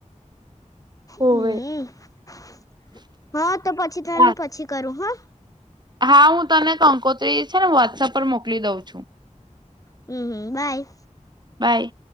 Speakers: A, on the right; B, on the left.
A: હોવે
B: હમ હા તો પછી તને
A: હા
B: પછી કરું હં
A: હા હું તને કંકોત્રી છે ને વોટ્સએપ પર મોકલુ મોકલી દઉં છું.
B: હમ હમ બાય!
A: બાય!